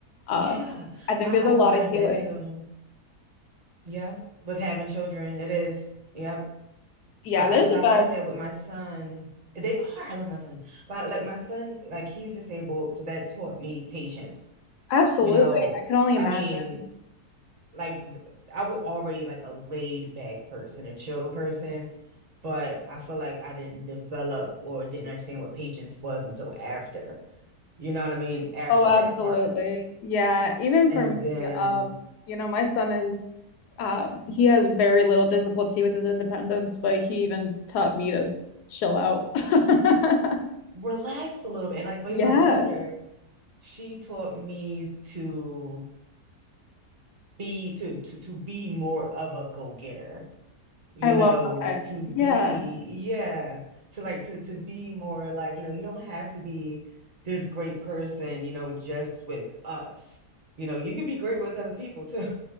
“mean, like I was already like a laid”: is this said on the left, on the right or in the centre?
Right